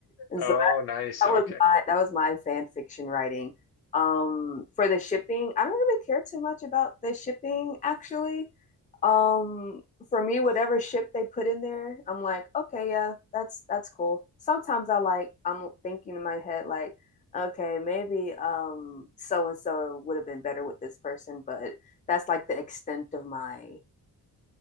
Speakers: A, on the left; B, on the left.
A: And
B: oh,
A: so
B: nice.
A: that
B: Okay.
A: was my that was my fan fiction writing. Um, for the shipping, I don't really care too much about the shipping actually. Um, for me, whatever ship they put in there, I'm like, okay, yeah, that's that's cool. Sometimes I like I'm thinking in my head like, okay, maybe um so and so would have been better with this person, but that's like the extent of my